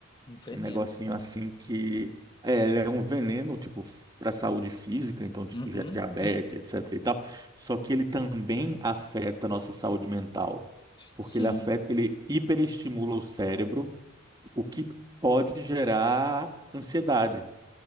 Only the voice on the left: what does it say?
um veneno.
Uhum.
Sim.